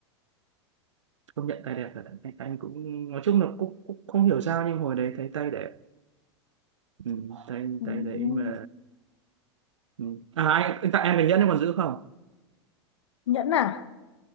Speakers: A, on the right; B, on the left.
A: công nhận tay đẹp thật anh, anh cũng nói chung là cũng, cũng không hiểu sao nhưng hồi đấy thấy tay đẹp ừ. tay
B: ừ.
A: tay đấy mà ừ. à anh, anh tặng em cái nhẫn em còn giữ không
B: nhẫn à